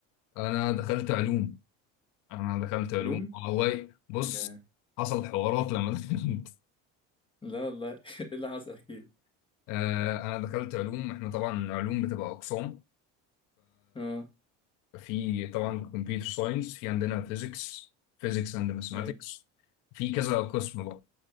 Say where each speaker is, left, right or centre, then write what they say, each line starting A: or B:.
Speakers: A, on the left; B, on the left.
A: انا دخلت علوم انا دخلت علوم
B: علوم
A: والله بص
B: جا.
A: حصل حوارات لما دخلت
B: لا والله <laughs> ايه اللي حصل احكي لي.
A: <laughs> آه انا دخلت علوم احنا طبعا علوم بتبقى اقسام
B: اه
A: في طبعا كمبيوتر ساينس في عندنا فيزيكس فيزيكس اند ماثماتكس
B: ايوه
A: في كذا قسم بقى